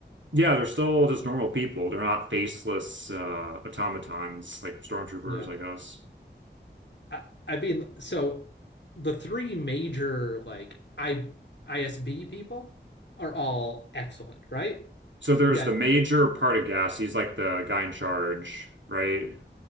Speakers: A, on the right; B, on the left.
A: Yeah, they're still just normal people. They're not faceless uh, automatons like stormtroopers,
B: Yeah.
A: I guess.
B: I, I mean, so the three major like I ISB people are all excellent, right?
A: So
B: We
A: there's
B: got
A: the major part of Gas. He's like the guy in charge, right?